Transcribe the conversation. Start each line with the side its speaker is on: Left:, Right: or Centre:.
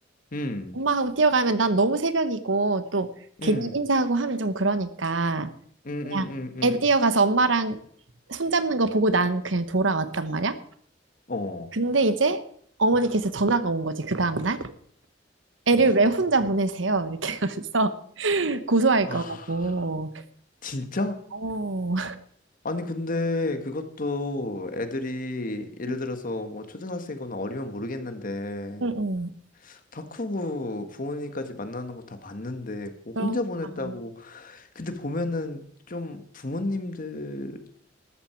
Left: 음.
Right: 엄마 하고 뛰어가면 난 너무 새벽이고 또 괜히
Left: 음.
Right: 인사하고 하면 좀 그러니까
Left: 음.
Right: 그냥
Left: 음. 음. 음.
Right: 애 뛰어가서 엄마랑 손잡는 거 보고 난 그냥 돌아왔단 말이야.
Left: 어.
Right: 근데 이제 어머니께서 전화가 온 거지 그 다음날 애를
Left: 어.
Right: 왜 혼자 보내세요? 이렇게 하면서 <laughs> 고소할
Left: 아,
Right: 거라고.
Left: 진짜?
Right: 어,
Left: 아니, 근데 그것도 애들이 예를
Right: <laughs>
Left: 들어서 뭐 초등학생이거나 어리면 모르겠는데
Right: 응응.
Left: 다 크고 부모님까지 만나는 거 다 봤는데 뭐
Right: 그런,
Left: 혼자 보냈다고.
Right: 아,
Left: 근데 보면은 좀 부모님들